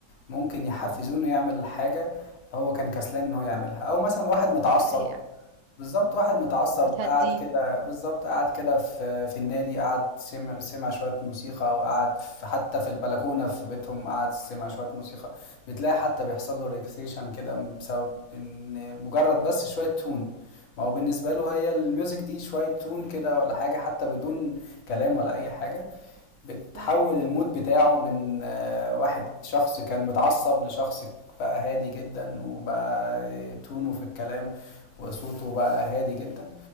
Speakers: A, on the left; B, on the right.
A: ممكن يحفزوه
B: مم،
A: انه يعمل حاجة هو كان كسلان ان هو يعملها او مثلا واحد متعصب
B: دي حقيقة
A: بالظبط واحد متعصب
B: بتهديه
A: قعد كده بالظبط قعد كده في في النادي قعد سمع سمع شوية موسيقى أو قعد في حتى في البلكونة في بيتهم قعد سمع شوية موسيقى بتلاقي حتى بيحصل له ريلاكسيشن كده بسبب إن مجرد بس شوية تون ما هو بالنسبة له هي الميوزك دي شوية تون كده ولا حاجة حتى بدون كلام ولا أي حاجة بتحول
B: مم،
A: المود بتاعه من آه، واحد شخص كان متعصب لشخص بقى هادي جدا وبقى تونه في الكلام وصوته بقى هادي جدا